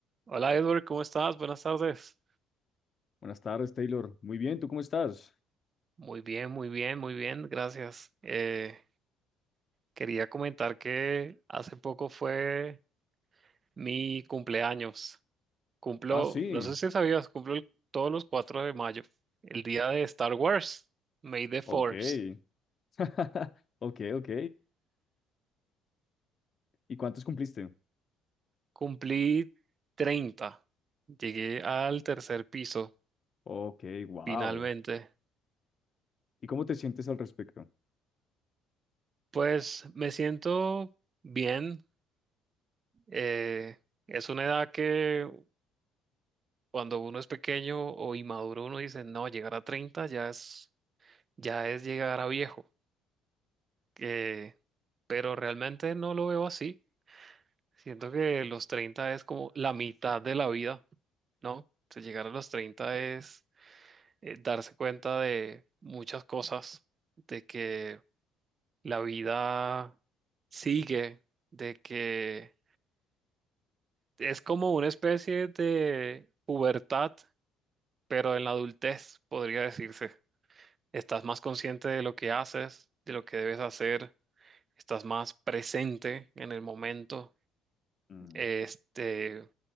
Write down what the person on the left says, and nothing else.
Buenas tardes, Taylor. Muy bien, ¿tú cómo estás?
Ah, sí.
Ok. <laughs> Ok, ok. ¿Y cuántos cumpliste?
Ok, wow.
¿Y cómo te sientes al respecto?
Mm,